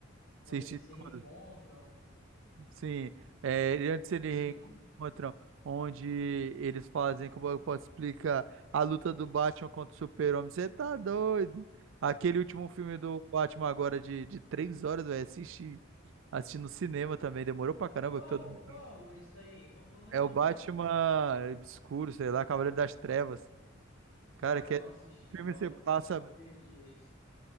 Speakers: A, on the left; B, on the right.
A: Onde
B: assistir
A: eles se
B: tudo.
A: reencontram?
B: Sim, é, ele- antes eles
A: Uhum.
B: encontram onde eles fazem, como eu posso explicar, a luta do Batman contra o Super-Homem. Você tá doido? Aquele último filme do Batman agora de, de três horas, velho, assisti, assisti no cinema também, demorou pra caramba.
A: Qual,
B: que Todo... mundo-
A: qual é esse daí? Eu não tô lembrando,
B: É o Batman
A: não.
B: Obscuro, sei lá, Cavaleiro das Trevas. Cara,
A: Cara,
B: que
A: não
B: é...
A: assisti,
B: o filme
A: ó.
B: você passa,
A: Eu Acho que eu perdi esse.